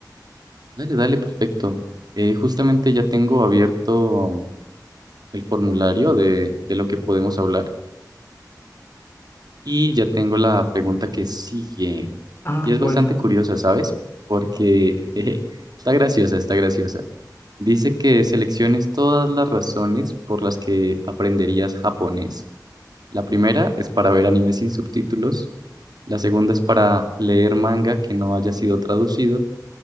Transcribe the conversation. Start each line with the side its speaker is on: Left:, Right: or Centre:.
Right: Dale, dale, perfecto. Eh, justamente ya tengo abierto el formulario de, de lo que podemos hablar. Y ya tengo la pregunta que sigue.
Left: Ah,
Right: Y
Left: voy
Right: es bastante
Left: yo.
Right: curiosa, ¿sabes? Porque <laughs> jeje, está graciosa, está graciosa. Dice que selecciones todas las razones por las que aprenderías japonés. La primera es para ver anime sin subtítulos. La segunda es para leer manga que no haya sido traducido.